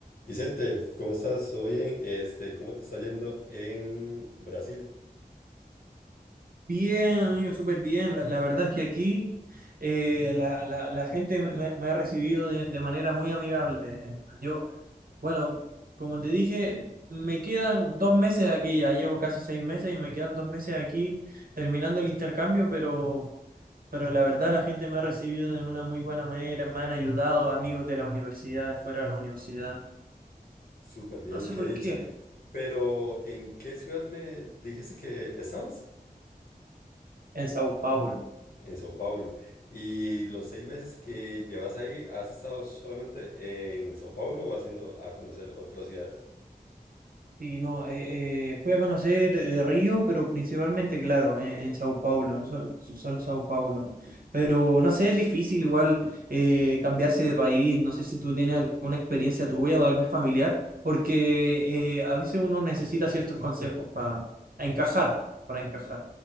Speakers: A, on the left (about 70°); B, on the right (about 65°).
A: Vicente, ¿cómo estás? hoy en Este, ¿cómo te está yendo en Brasil?
B: Bien, amigo, súper bien. La, la verdad es que aquí eh, la, la- la gente me, me- me ha recibido de, de manera muy amigable. Eh, Yo, bueno, como te dije, me quedan dos meses aquí, ya llevo casi seis meses y me quedan dos meses aquí terminando el intercambio, pero, pero la verdad la gente me ha recibido de una muy buena manera, me han ayudado amigos de la universidad, de fuera de la universidad.
A: Súper bien,
B: No sé
A: qué
B: por
A: dicha.
B: qué,
A: Pero, ¿en qué ciudad me dijiste que estabas?
B: en Sao Paulo.
A: En Sao Paulo. ¿Y los seis meses que llevas ahí, has estado solamente en Sao Paulo o has ido a conocer otras ciudades?
B: Sí, no, eh, eh, fui a conocer eh, Río, pero principalmente, claro, en, en Sao Paulo, en solo, solo Sao Paulo. Pero no sé, es difícil igual eh, cambiarse de país, no sé si tú tienes alguna experiencia tuya o de algún familiar, porque eh, a veces uno necesita ciertos consejos para encajar, para encajar